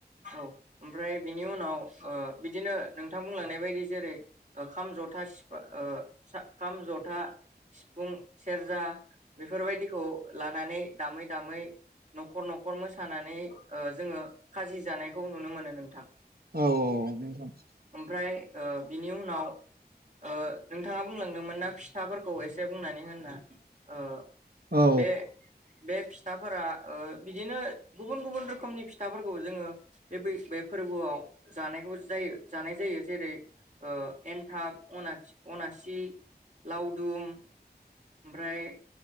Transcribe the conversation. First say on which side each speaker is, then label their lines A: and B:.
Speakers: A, on the right (about 45°); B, on the right (about 65°).
A: औ ओमफ्राय बिनि उनाव ओ बिदिनो नोंथां बुंलांनाय बायदि जेरै- ओ खाम, जथा सिफुं, ओ खाम, जथा सिफुं सेरजा बेफोरबायदिखौ लानानै दामै- दामै नखर- नखर‌ मोसानानै ओ जोङो खाजि जानायखौ नुनो मोनो नोंथां।
B: औ औ नोंथाङा
A: ओमफ्राय ओ बिनि उनाव ओ नोंथाङा बुंलांदोंमोन ना फिथाफोरखौ एसे बुंनानै हो होनना ओ
B: औ
A: बे बे फिथाफोरा ओ बिदिनो गुबुन- गुबुन रोखोमनि फिथाफोरखौ जोङो बे -बै बे- फोरबोआव जानायखौ जायो जानाय जायो जेरै ओ एनथाब, अनाथि, अनासि, लावदुम ओमफ्राय